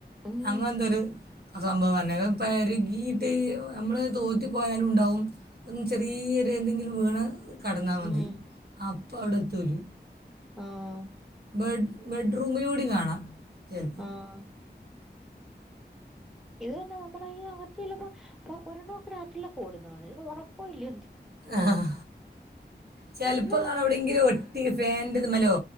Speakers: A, in the centre; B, on the right.
A: ഉം
B: അങ്ങനെന്തൊരു സംഭവം ന്നെക് പരുകിയിട്ട് നമ്മൾ തോത്തി പോയാലും ഉണ്ടാവും അൻ ചെറിയൊര് എന്തെങ്കിലും വീണ കടന്നാൽ മതി
A: ഉം
B: അപ്പ അവിടെത്തൂല്
A: ആഹ്
B: ബെഡ് ബെഡ്റൂമിലൂടിം കാണാം ചിലപ്പോൾ
A: ആഹ് ഇത് തന്നെ നമ്മൾ അകത്തല്ലപ്പോ ഇപ്പൊ ഒരെണ്മ ഒക്കെ രാത്രിലൊകേ ഓടുന്നതാണ് ഇതിന് ഉറക്കോ ഇല്ല എ
B: ആഹ് ചെലപ്പോ
A: ഇന്നലെ
B: കാണ എവിടെങ്കിലും ഒട്ടി ഫാൻന്റത്മ്മലോ